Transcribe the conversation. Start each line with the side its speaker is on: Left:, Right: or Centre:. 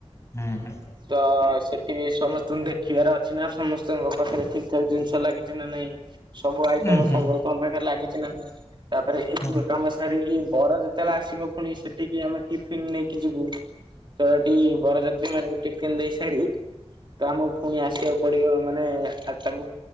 Left: ହୁଁ ହୁଁ
Right: ତ ସେଠି ସମସ୍ତଙ୍କୁ ଦେଖିବାର ଅଛି ନା ସମସ୍ତ ଙ୍କ ପାଖରେ ଠିକ ଠାକ ଜିନିଷ ଲାଗିଛି, ନା ନାଇଁ ସବୁ ଆଇଟମ
Left: ହୁଁ ହୁଁ
Right: ସମସ୍ତଙ୍କ ପାଖରେ ଲାଗିଛି ସିନା ତାପରେ ଏତିକ
Left: ହଁ
Right: କାମ ସାରିକି ବର ଯେତେବେଳେ ଆସିବ ପୁଣି ସେଟିକି ଆମେ ଟିଫିନ ନେଇକି ଯିବୁ। ତ ଏଠି ବରଯା ତ୍ରୀ ମାନଙ୍କୁ ଟିଫନ୍ ଦେଇ ସାରି ତ ଆମକୁ ପୁଣି ଆସିବାକୁ ପଡିବ ମାନେ ଆ ତାଙ୍କୁ